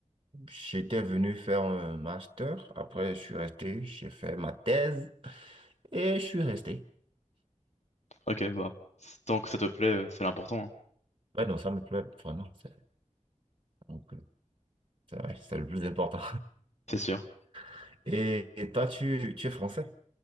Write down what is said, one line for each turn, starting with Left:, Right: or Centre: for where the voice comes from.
Right: J'étais venu faire un master. Après, je suis resté, j'ai fait ma thèse et je suis resté.
Left: Ok, bah, tant que ça te plaît, euh, c'est l'important, hein.
Right: Ouais, non, ça me plaît vraiment. C'est donc, euh, c'est vrai, c'est le plus important.
Left: C'est sûr.
Right: <laughs> Et, et toi, tu, tu es français?